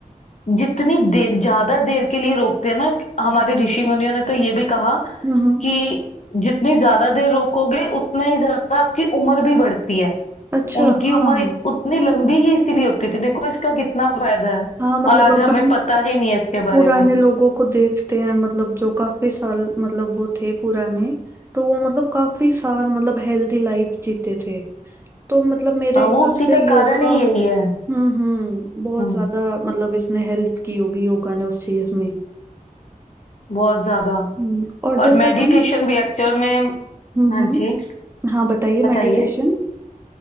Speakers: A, on the left; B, on the right.
A: जितनी देर ज्यादा देर के लिए रोकते हैं ना हमारे ऋषि मुनियों ने तो ये भी कहा
B: हम्म।
A: कि जितनी ज्यादा देर रोकोगे उतना ही ज्यादा आपकी उम्र भी बढ़ती है
B: अच्छा
A: उनकी
B: हाँ
A: उम्र इत- उतनी लंबी ही इसीलिए होती थी देखो इसका कितना फायदा है
B: हाँ मतलब
A: और आज
B: अपन
A: हमें पता ही नहीं है इसके बारे
B: पुराने
A: में
B: लोगों को देखते हैं मतलब जो काफी साल मतलब वो थे पुराने तो वो मतलब काफी साल मतलब हेल्दी लाइफ जीते थे तो मतलब मेरे
A: हाँ,
B: हिसाब
A: वो उसी
B: से
A: का
B: योगा
A: कारण ही यही है
B: हम्म हम्म बहुत
A: हम्म
B: ज्यादा मतलब इसने हेल्प की होगी योगा ने उस चीज में
A: बहुत ज्यादा
B: हम्म, और
A: और
B: जैसे
A: मेडिटेशन
B: अपन
A: भी एक्चुअल में
B: हम्म
A: हाँ
B: हम्म
A: जी
B: हाँ बताइए
A: बताइए
B: मेडिटेशन